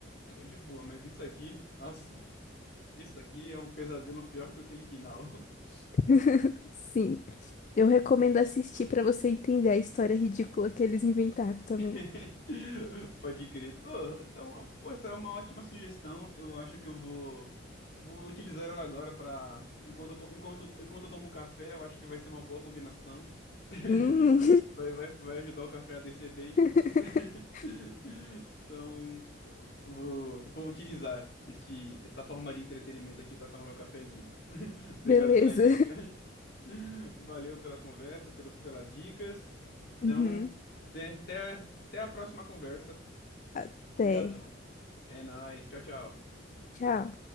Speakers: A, on the left; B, on the left.
A: Aí de boa, mas isso aqui, nossa, isso aqui é um pesadelo pior que aquele final. <laughs>
B: <laughs> Sim. Eu recomendo assistir pra você entender a história ridícula que eles inventaram também.
A: <laughs> Pode crer. Tô, então, pô, essa é uma ótima sugestão. Eu acho que eu vou, vou utilizar ela agora para enquanto eu to- enquanto, enquanto eu tomo café, eu acho que vai ser uma boa combinação. <laughs>
B: Hum.
A: Vai, vai, vai ajudar o café a descer bem.
B: <laughs>
A: <laughs> Então, eu vou, vou utilizar este, essa forma de entretenimento aqui para tomar meu cafezinho. <laughs> Obrigado
B: Beleza.
A: pela dica. <laughs> Valeu pela conversa, pelos, pelas dicas. Então,
B: Uhum.
A: até, até até a próxima conversa.
B: Até.
A: Obrigado. É nóis. Tchau, tchau.
B: Tchau.